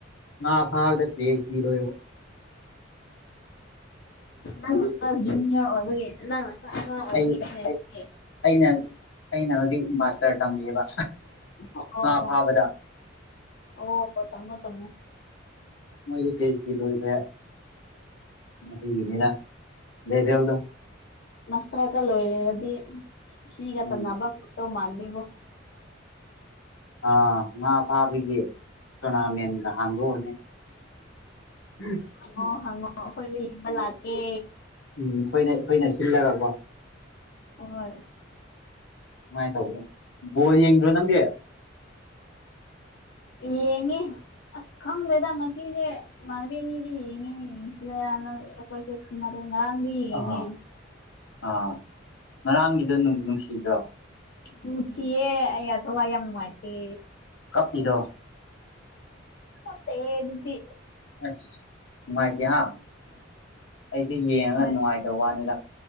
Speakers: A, on the left; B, on the left.
A: ꯃꯥ ꯐꯥꯗ ꯄꯦꯁ ꯂꯣ
B: ꯑꯣ ꯏ ꯖꯨꯅꯤꯌꯔ ꯑꯣꯏꯕꯒ ꯅꯪ ꯆꯥꯛꯦ
A: ꯑꯩ ꯑꯩꯅ ꯑꯩꯅ ꯍꯧꯖꯤꯛ ꯃꯥꯁꯇꯔ ꯇꯝꯃꯤꯕ
B: ꯑꯣ
A: ꯉꯥ ꯐꯥꯕꯗ
B: ꯑꯣ ꯇꯃꯣ ꯇꯃꯣ
A: ꯃꯣꯏꯗꯤ ꯐꯦꯁꯇ ꯂꯣꯏꯈ꯭ꯔꯦ ꯑꯩꯈꯣꯏꯒꯤꯅꯤꯔ ꯂꯩꯦꯗꯦꯜꯗ
B: ꯅꯁ ꯍꯥꯏꯒꯂꯣꯗꯤꯒ
A: ꯎꯝ
B: ꯅꯕ ꯇꯧ ꯃꯥꯅꯤꯕꯨ
A: ꯑ ꯉꯥ ꯐꯥꯕꯒꯤ ꯇꯣꯔꯅꯥꯃꯦꯟꯒ ꯍꯥꯡꯗꯣꯛꯑꯅꯤ ꯑꯩꯈꯣꯏꯅ
B: ꯍꯪꯉꯣ ꯍꯪꯉꯣ ꯑꯩꯈꯣꯏ ꯂꯩꯡꯕ ꯂꯥꯛꯀꯦ
A: ꯎꯝ ꯑꯩꯈꯣꯏꯅ ꯑꯩꯈꯣꯏꯅ ꯁꯤꯜꯂꯒꯀꯣ
B: ꯍꯣꯏ
A: ꯀꯃꯥꯏꯅ ꯇꯧꯕ ꯕꯣꯜ ꯌꯦꯡꯗ꯭ꯔꯣ ꯅꯪꯒꯤ
B: ꯌꯦꯪꯏ ꯑꯁ ꯈꯪꯗꯦꯗꯉ ꯆꯦ ꯃꯅꯤꯕꯤꯅꯤꯗꯤ ꯌꯦꯉ ꯌꯦꯁꯤꯅ ꯑꯩꯈꯣꯏꯁꯦꯅꯔꯦ ꯉꯥꯔꯥꯡ ꯗꯤ
A: ꯑꯥ
B: ꯌꯦꯪꯏ
A: ꯑꯥ ꯉꯔꯥꯡꯒꯤꯗꯣ ꯅꯨꯡꯁꯤꯗ꯭ꯔꯣ
B: ꯅꯨꯪꯁꯤꯏꯌꯦ ꯑꯌꯥ ꯊꯋꯥ ꯌꯥꯝ ꯅꯨꯡꯉꯥꯏꯇꯦ
A: ꯀꯞꯄꯤꯗꯣ
B: ꯄꯛꯇꯦꯍꯦ ꯑꯗꯨꯗꯤ
A: ꯑꯁ ꯅꯨꯡꯉꯥꯏꯇꯦ ꯍꯥꯥ ꯑꯩꯁꯦ ꯌꯦꯡꯉꯒ
B: ꯍꯣꯏ
A: ꯅꯨꯡꯉꯥꯏꯇꯕ ꯋꯥꯅꯤꯗ